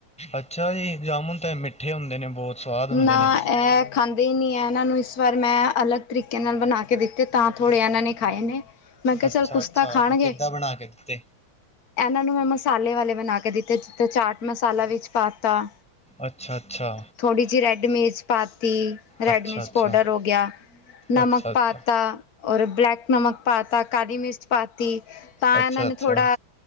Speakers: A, in the centre; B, on the left (about 50°).
A: ਅੱਛਾ ਜੀ, ਜਾਮੁਨ ਤੇ ਮਿੱਠੇ ਹੁੰਦੇ ਨੇ, ਬਹੁਤ ਸਵਾਦ ਹੁੰਦੇ
B: ਨਾ
A: ਨੇ।
B: ਇਹ ਖਾਂਦੇ ਹੀ ਨਹੀਂ ਆ, ਇਹਨਾਂ ਨੂੰ ਇਸ ਵਾਰ ਮੈਂ ਅਲੱਗ ਤਰੀਕੇ ਨਾਲ ਬਣਾ ਕੇ ਦਿੱਤੇ ਤਾਂ ਥੋੜ੍ਹੇ ਇਹਨਾਂ ਨੇ ਖਾਏ ਨੇ। ਮੈਂ ਕਿਹਾ
A: ਅੱਛਾ
B: ਚੱਲ ਕੁਸ਼
A: ਅੱਛਾ
B: ਤਾਂ ਖਾਣਗੇ।
A: ਵੀ ਕਿੱਦਾਂ ਬਣਾ ਕੇ ਦਿੱਤੇ
B: ਇਹਨਾਂ ਨੂੰ ਮੈਂ ਮਸਾਲੇ ਵਾਲੇ ਬਣਾ ਕੇ ਦਿੱਤੇ, ਜਿੱਥੇ ਚਾਟ ਮਸਾਲਾ ਵਿੱਚ ਪਾਤਾ।
A: ਅੱਛਾ- ਅੱਛਾ।
B: ਥੋੜ੍ਹੀ ਜਿਹੀ ਰੈੱਡ ਮਿਰਚ ਪਾਤੀ, ਰੈੱਡ
A: ਅੱਛਾ
B: ਮਿਰਚ
A: ਅੱਛਾ
B: ਪਾਊਡਰ ਹੋ ਗਿਆ। ਨਮਕ
A: ਅੱਛਾ ਅੱਛਾ
B: ਪਾਤਾ। ਔਰ ਬਲੈਕ ਨਮਕ ਪਾ ਤਾ, ਕਾਲੀ ਮਿਰਚ ਪਾ ਤੀ, ਤਾਂ
A: ਅੱਛਾ
B: ਇਹਨਾਂ ਨੇ
A: ਅੱਛਾ
B: ਥੋੜਾ